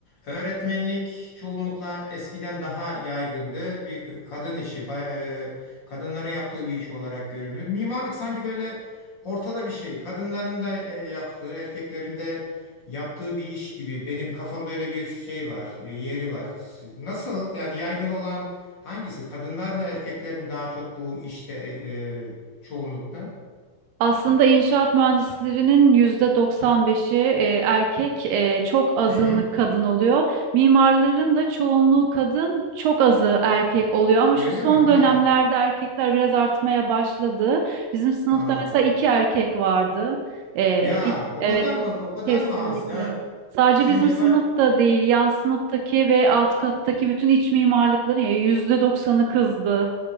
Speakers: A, on the left (about 45°); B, on the right (about 85°).
A: Öğretmenlik çoğunlukla eskiden daha yaygındı. Bir k- kadın işi, ba- e, kadınların yaptığı bir iş olarak görünüyor. Mimarlık sanki böyle ortada bir şey. Kadınların da e, yaptığı, erkeklerin de yaptığı bir iş gibi. Benim kafamda öyle bir şey var, e, yeri var. Nasıl? Yani yaygın olan hangisi? Kadınlar mı, erkekler mi daha çok bu işte e, e, çoğunlukta?
B: Aslında inşaat mühendislerinin %95'i e, erkek, e, çok azınlık
A: Hı hı.
B: kadın oluyor. Mimarların da çoğunluğu kadın, çok azı erkek oluyor. Ama
A: Öyle
B: şu son
A: mi? Ha,
B: dönemlerde erkekler biraz artmaya başladı. Bizim sınıfta
A: tamam.
B: mesela iki erkek vardı. E,
A: Ya
B: it-
A: o
B: evet,
A: kadar mı? O kadar
B: kesinlikle.
A: mı az? Ya
B: Sadece
A: bizim
B: bizim
A: yaban
B: sınıfta değil, yan sınıftaki ve alt kattaki bütün iç mimarlıkların yüzde %90'ı kızdı.